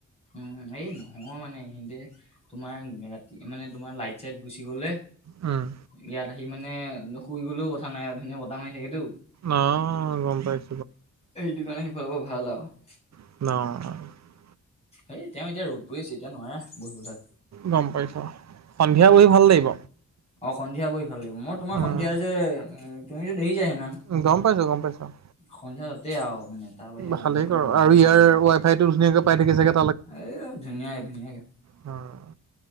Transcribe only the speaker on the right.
উম।
অঁহহ গম পাইছো।
অঁ
গম পাইছো, সন্ধিয়া বহি ভাল লাগিব।
উম,
উম গম পাইছো গম পাইছো অঁ।
ভালেই
ক'ৰ
আৰু ইয়াৰ ৱাই ফাইটো ধুনীয়াকে পাই থাকে চাগে?
অ'।